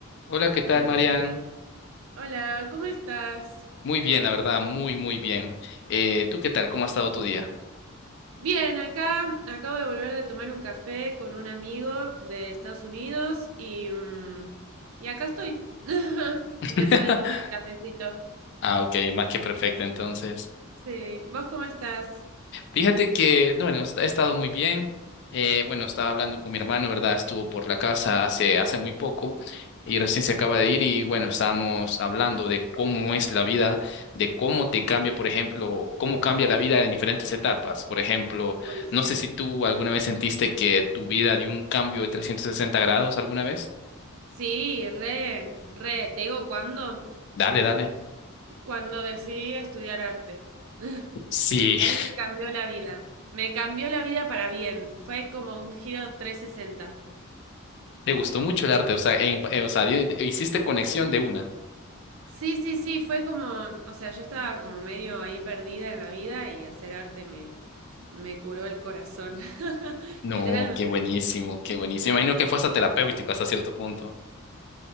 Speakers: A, on the left; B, on the right.
A: Hola, ¿qué
B: Hola,
A: tal, Marian?
B: amigo. Hola, ¿cómo estás?
A: Muy bien, la verdad, muy, muy bien. Eh, ¿tú qué tal? ¿Cómo ha estado tu día?
B: Bien, acá acabo de volver de tomar un café con un amigo de Estados Unidos y, mm, y acá estoy, <laughs> después
A: <laughs>
B: de tomar el cafecito.
A: Ah, ok, más que perfecto, entonces.
B: Sí, ¿vos cómo estás?
A: Fíjate que, no, bueno, est- he estado muy bien. Eh, bueno, estaba hablando con mi hermano, ¿verdad? Estuvo por la casa hace, hace muy poco y recién se acaba de ir y, bueno, estábamos hablando de cómo es la vida, de cómo te cambia, por ejemplo, cómo cambia la vida en diferentes etapas. Por ejemplo,
B: Uy, sí.
A: no sé si tú alguna vez sentiste que tu vida dio un cambio de 360 grados alguna vez.
B: Sí, re, re, te digo cuándo,
A: Dale, dale.
B: cuando decidí estudiar arte. <laughs>
A: Sí,
B: Ahí
A: <laughs>
B: me cambió la vida. Me cambió la vida para bien. Fue como un giro trescientos sesenta.
A: te gustó mucho el arte, o sea, en- eh, o sea, di- di- hiciste conexión de una.
B: Sí, sí, sí, fue como, o sea, yo estaba como medio ahí perdida en la vida y hacer arte me, me curó el corazón, <laughs>
A: No,
B: literalmente.
A: qué buenísimo, qué buenísimo. Imagino que fue hasta terapéutico hasta cierto punto.